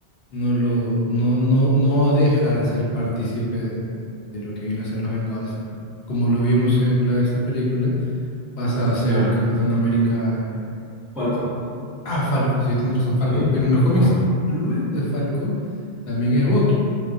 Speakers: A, on the left (about 75°); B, in the centre.
A: no, lo, no, no, no deja de ser partícipe de, de- de lo que viene a ser los Vengadores. Y Como lo vimos en la, esta película, pasa a ser
B: Claro.
A: Capitán América. eh,
B: Falcon.
A: Ah, Falcon, sí, tienes razón, Falcon.
B: Le-
A: Pero en los cómics,
B: Falcon.
A: luego de Falcon, también es Bucky.